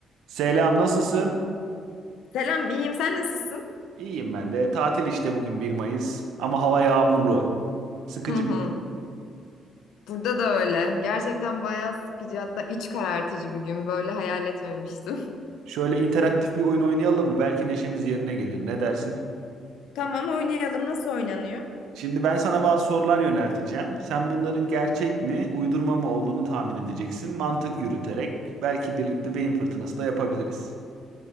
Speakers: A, on the right; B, on the left.
A: Selam, nasılsın?
B: Selam, iyiyim. Sen nasılsın?
A: İyiyim ben de. Tatil işte bugün 1 Mayıs ama hava yağmurlu. Sıkıcı
B: Hı hı.
A: bir gün.
B: Burada da öyle. Gerçekten bayağı sıkıcı hatta iç karartıcı bir gün. Böyle hayal etmemiştim.
A: Şöyle interaktif bir oyun oynayalım mı? Belki neşemiz yerine gelir. Ne dersin?
B: <laughs> Tamam oynayalım. Nasıl oynanıyor?
A: Şimdi ben sana bazı sorular yönelteceğim. Sen bunların gerçek mi, uydurma mı olduğunu tahmin edeceksin. Mantık yürüterek belki birlikte beyin fırtınası da yapabiliriz.